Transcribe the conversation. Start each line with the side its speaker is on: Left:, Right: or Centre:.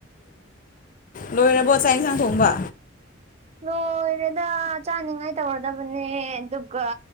Left: ꯂꯣꯏꯔꯕꯣ ꯆꯥꯛ ꯌꯦꯟꯁꯥꯡ ꯊꯣꯡꯕ
Right: ꯂꯣꯏꯔꯦꯗ ꯆꯥꯅꯤꯡꯉꯥꯏ ꯇꯧꯔꯗꯕꯅꯦ ꯑꯗꯨꯒ